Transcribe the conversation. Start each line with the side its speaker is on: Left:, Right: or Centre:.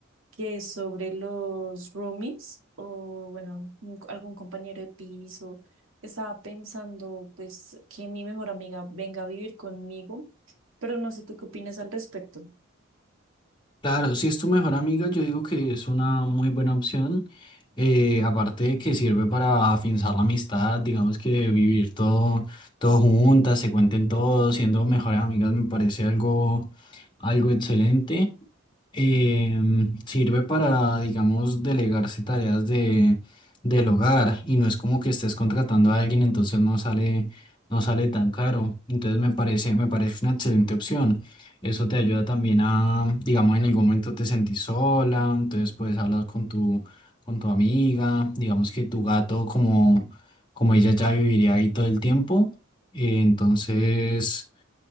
Right: que es sobre los roomies o, bueno, un- algún compañero de piso. Estaba pensando, pues, que mi mejor amiga venga a vivir conmigo, pero no sé tú qué opinas al respecto.
Left: Claro, si es tu mejor amiga, yo digo que es una muy buena opción. Eh, aparte de que sirve para afianzar la amistad, digamos que vivir todo, todo juntas, se cuenten todo, siendo mejores amigas me parece algo, algo excelente. em, sirve para, digamos, delegarse tareas de, del hogar y no es como que estés contratando a alguien, entonces no sale, no sale tan caro. Entonces me parece, me parece una excelente opción. Eso te ayuda también a, digamos, en algún momento te sentís sola, entonces puedes hablar con tu, con tu amiga, digamos que tu gato, como, como ella ya viviría ahí todo el tiempo, eh, entonces